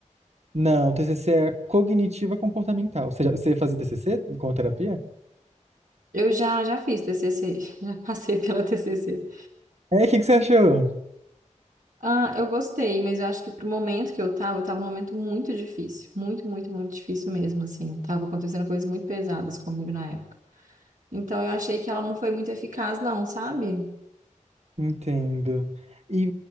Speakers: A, on the right; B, on the right.
A: Não, TCC é cognitiva comportamental. Você, já, você fazia TCC com terapia?
B: Eu já, já fiz TCC, <laughs> já passei pela TCC.
A: É, o que, que você achou?
B: Ah, eu gostei, mas eu acho que pro momento que eu tava, eu tava num momento muito difícil, muito, muito, muito difícil mesmo, assim. Tava acontecendo coisas muito pesadas comigo na época. Então eu achei que ela não foi muito eficaz, não, sabe?
A: Entendo. E,